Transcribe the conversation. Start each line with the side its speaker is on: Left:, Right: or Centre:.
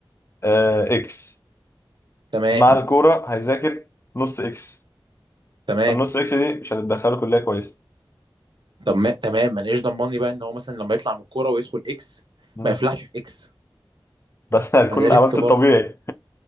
Left: آه اكس
Right: تمام
Left: مع الكوره هيذاكر نص اكس
Right: تمام
Left: طب نص اكس دي مش هتدخله كلية كويسة
Right: طب ما تمام ما انا ايش ضمني بقى ان هو مثلا لما يطلع من الكوره ويدخل اكس
Left: مم.
Right: ما يفلحش في اكس
Left: بس <laughs> هتكون
Right: ما ده ريسك
Left: عملت
Right: برضه
Left: الطبيعي